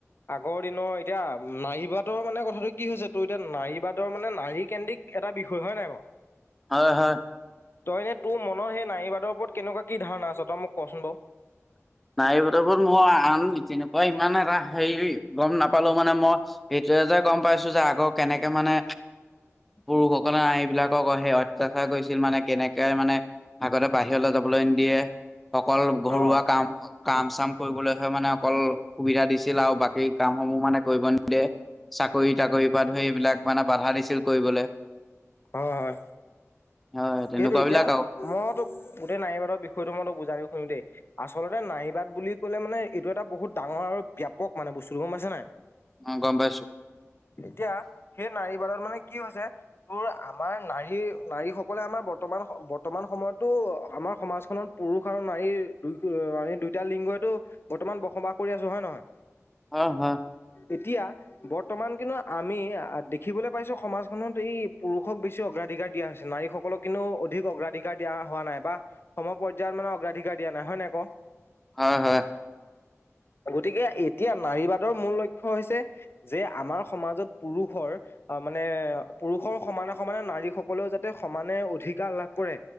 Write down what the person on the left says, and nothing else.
আগৰ দিনৰ এতিয়া নাৰীবাটৰ মানে কথাটো কি হৈছে তোৰ এতিয়া নাৰী বাটৰ মানে নাৰী কেন্দ্ৰিক এটা ভুল হয় নাই বাৰু
তই ননে তোৰ মনৰত সেই নাৰী বাদৰ ওপৰত কেনেকুৱা কি ধাৰণা আছ তই মোক কচোন বাৰু।
অ
হয় হয়।
সেইটো এতিয়া
মই তোক গোটেই নাৰীবাদৰ বিষয়টো মই তোক বুজাই কৈছোঁ দেই আ আচলতে নাৰীবাদ বুলি ক'লে মানে এইটো এটা বহুত ডাঙৰ আৰু ব ব্যাপক মানে বস্তুটো গম পাইছে নাই।
এতিয়া সেই নাই নাৰীবাদৰ মানে কি হৈছে তোৰ আমাৰ নাৰী নাৰীস আমাৰ বৰ্ত বৰ্তমান সময়তো আমাৰ সমাজখনত পুৰুষ আৰু নাৰীৰ দুই ন এতিয়া লিংগইতো বৰ্তমান বসবাস কৰি আছোঁ হয় নে নহয়?
এতিয়া বৰ্তমান কিন্তু আমি দেখিবলৈ পাইছোঁ সমাজখনত এই পুৰুষক বেছি অগ্ৰ অধিকাৰ দিয়া হৈছে নাৰীসকল সকলক কিন্তু অধিক অগ্ৰাধিকাৰ দিয়া হোৱা নাই, বা সম পৰ্যায়ত মানে অগ্ৰাধিকাৰ দিয়া নাই, হয় নাই ক?
গতিকে এতিয়া নাৰী বাদৰ মূল লক্ষ্য হৈছে যে আমাৰ সমাজত পুৰুষৰ আহ মানে পুৰুষৰ সমানে, সমানে নাৰীসকলেও যাতে সমানে অধিকাৰ লাভ কৰে।